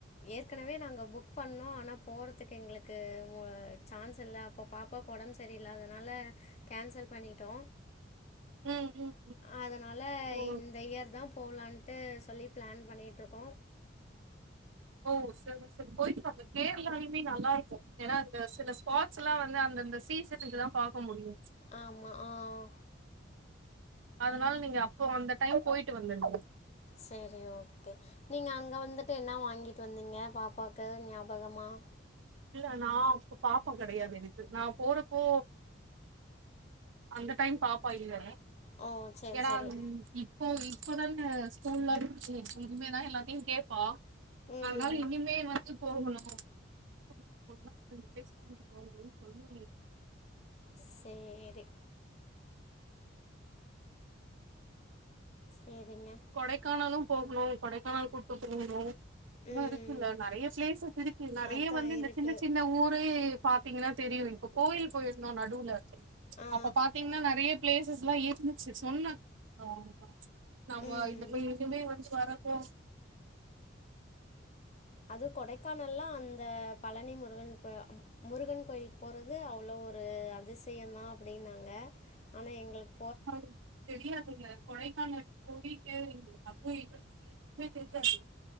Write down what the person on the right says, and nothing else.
ம் ம்
ஓ
ஓ செரி செரி போயிட்டு வாங்க கேரளாலுமே நல்லாருக்கு ஏன்னா அந்த சில ஸ்பாட்ஸ்லா வந்து அந்த அந்த சீசனுக்கு தா பாக்க முடியு
அதனால நீங்க அப்ப அந்த டைம் போயிட்டு வந்துருங்க
இல்ல நா அப்போ பாப்பா கெடையாது எனக்கு நா போறப்போ அந்த டைம் பாப்பா இல்ல
ஏன்னா
ம், இப்போ இப்பதானே ஸ்கூல்ல இருந்துச்சி இதுமேதா எல்லாத்தையு கேப்பா
அதனால இனிமே வந்து போகணு <inaudible> <inaudible> <unintelligible> சொல்லி கூட்டிட்டு போனு
கொடைக்கானலு போகணு கொடைக்கானல் கூட்டு போகணு இன்னு
இருக்குல்ல நெறைய பிளேசஸ் இருக்கு நெறைய
வந்து இந்த
சின்ன சின்ன ஊரே பாத்தீங்னா தெரியு இப்ப கோவில் போயிருந்தோ நடுவுல
அப்ப பாத்தீங்னா நெறைய பிளேஸ் சஸ் இருந்துச்சு சொன்னே <inaudible> நா வ
<unintelligible> இனிமே வந்து வர ஓ <inaudible>
<inaudible> தெரியாதுல்ல கொடைக்கான போயிட்டு அப்போ எங்களுக்கு எதுமே தெரியாது